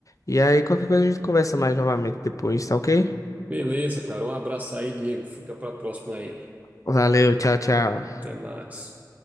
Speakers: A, on the left (about 50°); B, on the right (about 20°).
A: E aí, qualquer coisa a gente conversa mais novamente depois, tá ok?
B: Beleza, cara. Um abraço aí, Diego. Fica para a próxima aí.
A: Valeu, tchau, tchau.
B: Até mais.